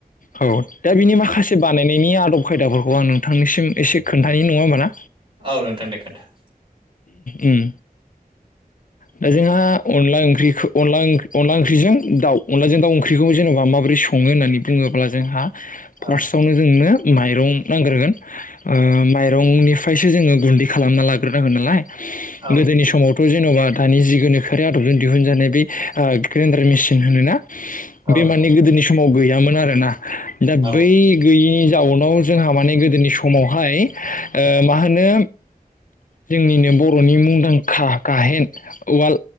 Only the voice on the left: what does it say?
औ दा बिनि माखासे बानायनायनि आदब खायदाफोरखौ आं नोंथांनिसिम एसे खोन्थानि नङा होमबा ना
उम। दा जोंहा अनला ओंख्रि अनला -अनला ओंख्रिजों दाउ, अनलाजों दाउ ओंख्रिखौ जेन'बा माबोरै <unintelligible> <unintelligible> होननानै बुङोब्ला जोंहा
फार्स्टआवनो जोंनो माइरं नांग्रोगोन। ओ माइरंनिफ्रायसो जोङो गुन्दै खालामना लाग्रोनांगोन नालाय।
गोदोनि समावथ' जेन'बा दानि जि गोनोखोआरि आदबजों दिहुनजानाय बे ओ ग्रेन्डार मेसिन होनो ना?
बे
मानि
गोदोनि समाव गैयामोन आरोना दा
बै गैयि जाउनाव जोंहा माने गोदोनि समावहाय ओ मा होनो जोंनिनो बर'नि मुंदांखा गाहेन- उवाल,